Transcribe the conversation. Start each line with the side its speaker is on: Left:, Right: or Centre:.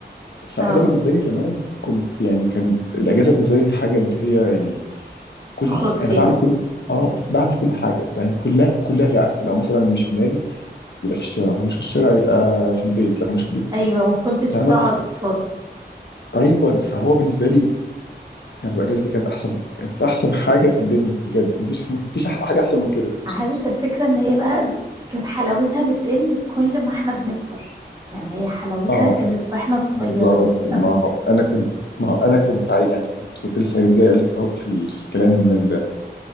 Left: فانا
Right: اه
Left: بالنسبه لي زمان كنت يعني كان الاجازه بالنسبه لي دي حاجه اللي هي يعني كل
Right: بتخرج فيها
Left: انا بعمل كل اه بعمل كل حاجه يعني كلها كلها لعب لو مثلا مش في النادي يبقى في الشارع لو مش في الشارع يبقى في البيت لو مش في البيت
Right: ايوه ما كنتش
Left: فاهمه
Right: بتقعد فاضي
Left: ايوه فهو بالنسبه لي يعني الاجازه دي كانت احسن كانت احسن حاجه في الدنيا بجد مفيش مفيش حاجه احسن من كده
Right: عارف الفكره ان هي بقى كانت حلاوتها بتقل كل ما احنا بنكبر يعني هي حلاوتها
Left: اه
Right: كانت واحنا صغيرين
Left: بالظبط ما
Right: قوي
Left: هو انا كنت ما هو انا كنت عايز يعني كنت كنت لسه جاي اقول لك اهوت في ال- في الكلام ان